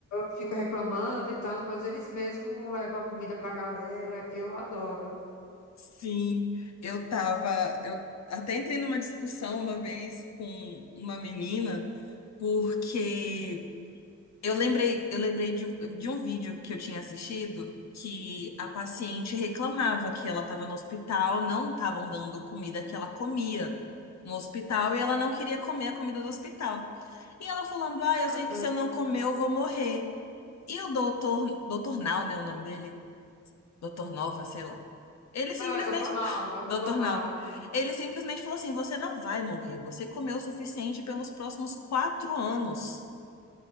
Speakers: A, on the left (about 80°); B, on the left (about 65°).
A: fica reclamando e tal, mas eles mesmos levam a comida pra galera. Eu adoro.
B: sim. Eu tava. Eu até entrei numa discussão uma vez com uma menina, porque Eu lembrei, eu lembrei de, de um vídeo que eu tinha assistido que a paciente reclamava que ela estava no hospital, não estavam dando comida que ela comia no hospital e ela não queria comer a comida do hospital. E ela falando: Ah, eu
A: Ah,
B: sei que se eu não comer eu vou morrer. E o doutor, doutor Nau, né, o nome dele? Doutor Nova, sei lá. Ele simplesmente,
A: Não, é doutor Nal,
B: <laughs>
A: é doutor
B: doutor
A: Nal.
B: Nau, né? Ele simplesmente falou assim: Você não vai morrer, você comeu o suficiente pelos próximos quatro anos.